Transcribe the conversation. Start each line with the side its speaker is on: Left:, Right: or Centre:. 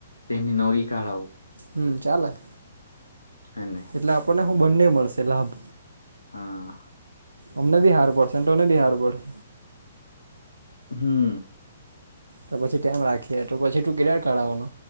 Left: તેની નવી કાળાવ.
Right: હમ ચાલ <unintelligible>
Left: <unintelligible>
Right: એટલે આપણને હું બંને મળશે લાભ.
Left: હા
Right: અમને બી હારડશે ને તોને બી હાર પડશે.
Left: હમ.
Right: તો પછી ટાઈમ રાખીએ તો પછી તું ક્લેયર કરાવવાનો.